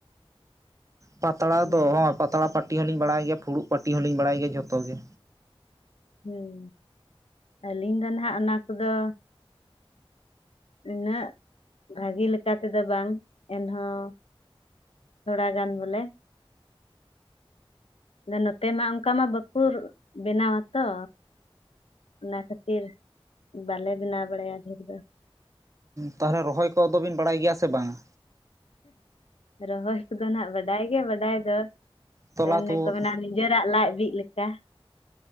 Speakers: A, on the right; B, on the left.
A: ᱯᱟᱛᱲᱟ
B: ᱦᱩᱸ
A: ᱫᱚ ᱦᱭ ᱯᱟᱛᱲᱟ ᱯᱟᱟᱹᱴᱤ ᱦᱚᱸᱞᱤᱧ ᱵᱟᱲᱟᱭ ᱜᱮᱭᱟ ᱯᱷᱩᱲᱩᱜ ᱯᱟᱟᱹᱴᱤ ᱦᱚᱞᱤᱧ ᱵᱟᱲᱟᱭ ᱜᱮᱭᱟ ᱡᱷᱚᱛᱚ ᱜᱮ᱾
B: ᱦᱮᱸ ᱟᱹᱞᱤᱧ ᱫᱚ ᱱᱟᱦᱟᱜ ᱚᱱᱟ ᱠᱚᱫᱚ ᱩᱱᱟᱹᱜ ᱵᱷᱟᱹᱜᱤ ᱞᱮᱠᱟ ᱛᱮᱫᱚ ᱵᱟᱝ ᱮᱱᱦᱚᱸ ᱛᱷᱚᱲᱟ ᱜᱟᱱ ᱵᱚᱞᱮ ᱟᱫᱚ ᱱᱚᱛᱮ ᱢᱟ ᱚᱱᱠᱟ ᱢᱟ ᱵᱟᱠᱚ ᱨᱚ ᱵᱮᱱᱟᱣᱟ ᱛᱚ ᱚᱱᱟ ᱠᱷᱟᱹᱛᱤᱨ ᱵᱟᱞᱮ ᱵᱮᱱᱟᱣ ᱵᱟᱲᱟᱭᱟ ᱰᱷᱮᱨ ᱫᱚ
A: ᱛᱟᱦᱚᱞᱮ ᱨᱚᱦᱚᱭ ᱠᱚ ᱟᱫᱚᱚᱵᱤᱱ ᱵᱟᱲᱟᱭ ᱜᱮᱭᱟ ᱥᱮ ᱵᱟᱝᱟ?
B: ᱨᱚᱦᱚᱭ ᱠᱚᱫᱚ ᱱᱟᱜ ᱵᱟᱰᱟᱭ ᱜᱮ ᱵᱟᱰᱟᱭ ᱫᱚ
A: ᱛᱚᱞᱟ
B: ᱚᱱᱮ
A: ᱛᱩᱫ
B: ᱠᱚ ᱢᱮᱱᱟ ᱱᱤᱡᱚᱨᱟᱜ ᱞᱟᱡ ᱵᱤᱜ ᱞᱮᱠᱟ